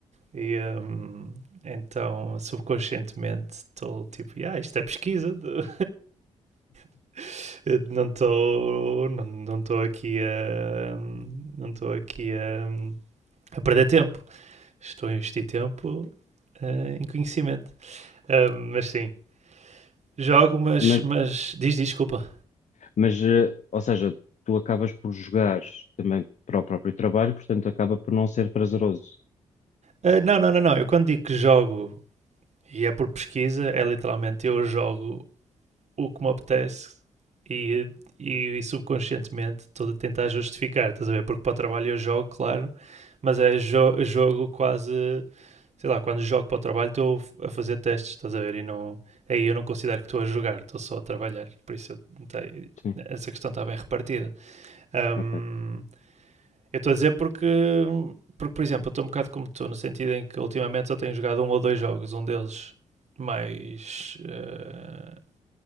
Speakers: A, on the right; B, on the left.
A: e ehm, então subconscientemente estou tipo, ah, isto é pesquisa, de- <laughs> Eu não estou não, não tô aqui a não estou aqui a, a perder tempo. Estou a investir tempo eh, em conhecimento. Ah, mas sim, jogo, mas,
B: Mas,
A: mas diz diz desculpa.
B: mas, eh, ou seja, tu acabas por jogar também para o próprio trabalho, portanto acaba por não ser prazeroso.
A: Ah, não, não, não, não. Eu quando digo que jogo e é por pesquisa, é literalmente eu jogo o que me apetece e, e, e subconscientemente estou a tentar justificar, estás a ver? Porque para o trabalho eu jogo, claro, mas é jo jogo quase sei lá, quando jogo para o trabalho estou a fazer testes, estás a ver? E não, aí eu não considero que estou a jogar, estou só a trabalhar. Por isso eu, tá,
B: Sim,
A: essa questão está bem repartida.
B: ok.
A: Hum, eu estou a dizer porque, porque por exemplo, eu estou um bocado como estou, no sentido em que ultimamente só tenho jogado um ou dois jogos, um deles mais, uh,